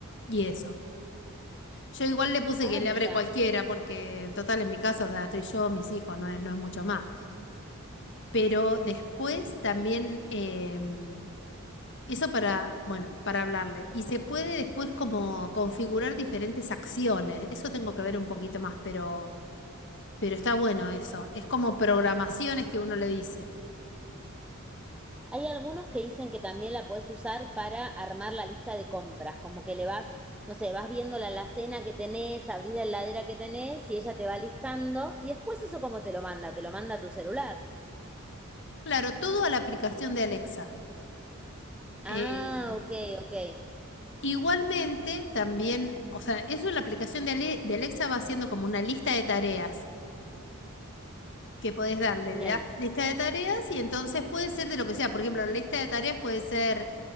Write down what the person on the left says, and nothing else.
y eso. Yo igual le puse
que le
abre cualquiera porque en total en mi casa, o sea, estoy yo, mis hijos, no es, no es mucho más. Pero después también em, eso para, bueno, para hablarle. Y se puede después como configurar diferentes acciones. Eso tengo que ver un poquito más, pero... Pero está bueno eso. Es como programaciones que uno le dice.
Claro, todo a la aplicación de Alexa. Eh,
igualmente, también, o sea, eso en la aplicación de, Ale- de Alexa va haciendo como una lista de tareas. que podés darle,
le das lista de tareas y entonces puede ser de lo que sea. Por ejemplo, la lista de tareas puede ser,